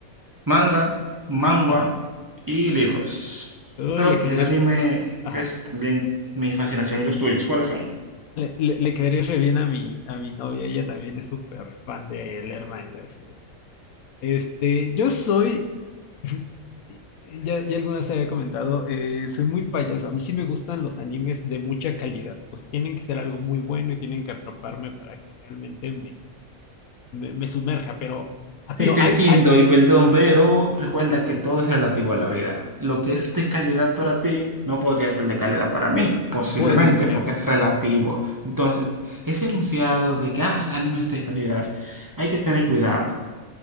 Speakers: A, on the right (about 20°); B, on the left (about 80°).
A: manga, manhwa
B: ajá.
A: y libros.
B: Uy,
A: Pero
B: le querés.
A: el anime
B: Ajá.
A: es también mi fascinación y los tuyos. ¿Cuáles son?
B: Le, le, le querés re bien a mi, a mi novia. Ella también es súper fan de leer manga, así, ¿verdad? Este, yo soy. <laughs> Ya, ya alguna vez había comentado, eh, soy muy payaso. A mí sí me gustan los animes de mucha calidad. O sea, tienen que ser algo muy bueno y tienen que atraparme para que realmente me, me sumerja, pero, ah,
A: Sí,
B: pero
A: te
B: hay,
A: entiendo
B: hay,
A: y perdón, pero recuerda que todo es relativo a la vida. Lo que es de calidad para ti no podría ser de calidad para mí, posiblemente,
B: puede ser.
A: porque es relativo. Entonces, ese enunciado de que ah, anime es de calidad, hay que tener cuidado,